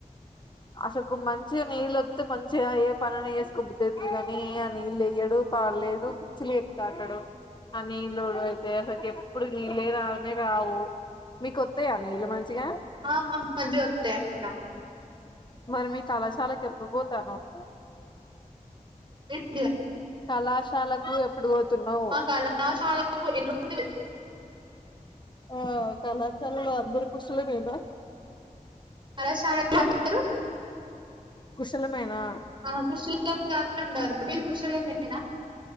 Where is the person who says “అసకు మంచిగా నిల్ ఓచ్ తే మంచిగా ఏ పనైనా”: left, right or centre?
Left